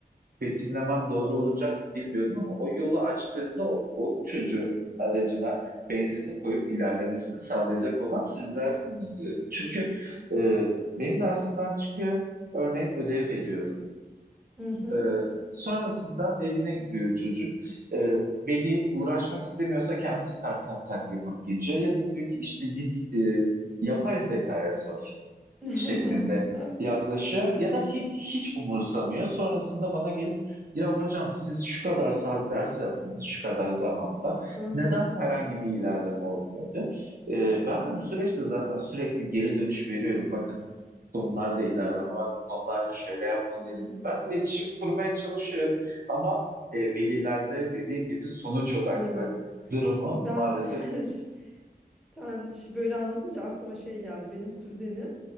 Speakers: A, on the right; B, in the centre.
A: betimlemem doğru olacak bilmiyorum ama o yolu açtığında o, o çocuğun aracına benzinli koyup ilerlemesini sağlayacak olan sizlersiniz diyorum. Çünkü e, benim dersimden çıkıyor, örneğin ödev veriyorum.
B: Hı hı.
A: E, sonrasında evine gidiyor çocuk. E, veli uğraşmak istemiyorsa kendisi tak tak tak yapıp geçiyor ya da diyor ki işte git e, yapay zekaya sor
B: <laughs>
A: şeklinde yaklaşıyor
B: Evet.
A: ya da hiç, hiç umursamıyor. Sonrasında bana gelip ya hocam siz şu kadar saat ders yaptınız şu kadar zamanda
B: Hı hı.
A: neden herhangi bir ilerleme olmuyordu? Ee, ben de bu süreçte zaten sürekli geri dönüş veriyorum. Bakın konularda ilerleme var, bu konularda şöyle yapmalıyız.
B: Hı hı.
A: Ben iletişim kurmaya çalışıyorum ama e, velilerde dediğim gibi sonuç odaklı
B: Evet.
A: durumu
B: Ben
A: maalesef
B: <laughs> ş- sen ş- böyle anlatınca aklıma şey geldi. Benim kuzenim